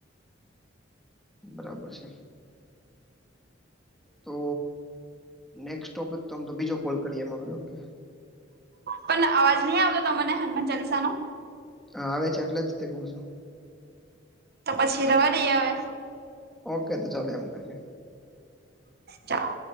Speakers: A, in the centre; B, on the right.
A: બરાબર છે તો નેસ્ટ ટોપિક તો તો બીજો કોલ કરીએમાંગરે ઓકે
B: પણ અવાજ નહી આવતો ત મને હનુમાન ચાલીસા નો
A: હા આવે છે એટલે જ તે કું છું
B: તો પછી રવા નઈ આવે
A: ઓકે તો ચાલો એમ કરીએ
B: ચાલો